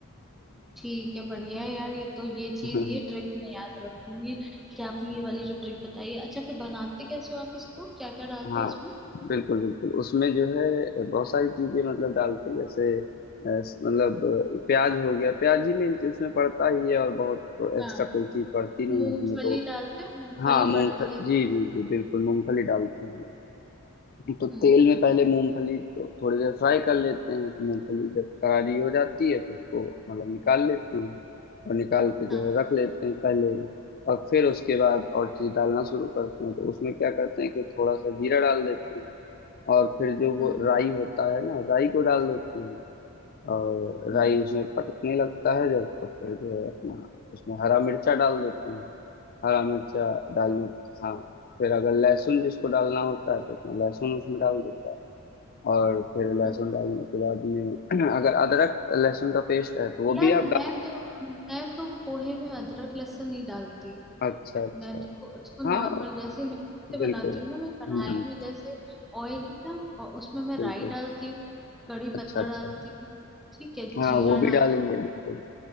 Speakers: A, in the centre; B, on the left (about 45°).
A: ठीक है बढ़िया है यार ये तो ये चीज
B: <laughs>
A: ये ट्रिक मैं याद रखूंगी कि आपने ये वाली जो ट्रिक बताई है अच्छा फिर बनाते कैसे हो आप इसको क्या क्या डालते
B: हाँ
A: हो इसमें
B: बिल्कुल बिल्कुल उसमें जो है बहुत सारी चीजें मतलब डालते हैं जैसे अ, मतलब अ, प्याज हो गया प्याज ही में उसमें पड़ता ही है और बहुत तो एक्स्ट्रा
A: हाँ
B: कोई चीज पड़ती
A: मूंगफली
B: नहीं है उसमें तो
A: डालते हो मूंगफली
B: हाँ मूंगफली
A: पड़ती है
B: जी जी जी बिल्कुल मूंगफली डालते हैं तो
A: हम्म
B: तेल में पहले मूंगफली को थोड़ी देर फ्राई कर लेते हैं तो मूंगफली जब करारी हो जाती है तो उसको मतलब निकाल लेते हैं और निकाल के जो
A: हाँ
B: है रख लेते हैं पहले ही और फिर उसके बाद और चीज डालना शुरू करते हैं तो उसमें क्या करते हैं कि थोड़ा सा जीरा डाल देते हैं और फिर जो वो
A: हम्म
B: राई होता है ना राई को डाल देते हैं और
A: हम्म
B: राई उसमें पटकने लगता है जब तो फिर जो है अपना उसमें हरा मिर्चा डाल देते हैं हरा मिर्चा डालने हाँ फिर अगर लहसुन जिसको डालना होता है तो अपना लहसुन उसमें डाल देता है और फिर लहसुन
A: अच्छा
B: डालने के बाद में <clears throat> अगर अदरक लहसुन का पेस्ट है तो वो
A: यार
B: भी
A: मैं
B: आप डाल
A: तो मैं तो पोहे में अदरक लहसुन नहीं डालती
B: अच्छा अच्छा
A: मैं तो उसको नॉर्मल
B: हाँ
A: जैसे मैं कैसे
B: बिल्कुल
A: बनाती हूँ ना मैं कढ़ाई
B: हम्म
A: में जैसे ऑयल ना और उसमें मैं
B: बिल्कुल
A: राई डालती हूँ कड़ी
B: अच्छा
A: पत्ता
B: अच्छा
A: डालती हूँ ठीक है
B: हाँ
A: जीरा
B: वो भी
A: डाल
B: डालेंगे बिल्कुल